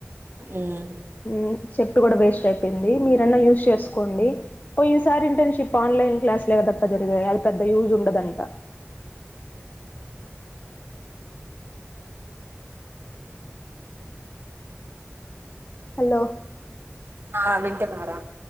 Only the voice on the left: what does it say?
మ్ చెప్పు కూడా వేస్ట్ అయిపోయింది. మీరన్నా యూజ్ చేసుకోండి పో ఈసారి ఇంటర్న్షిప్ ఆన్లైన్ క్లాస్ లే జరిగాయి అది పెద్ద యూజ్ ఉండదంట హలో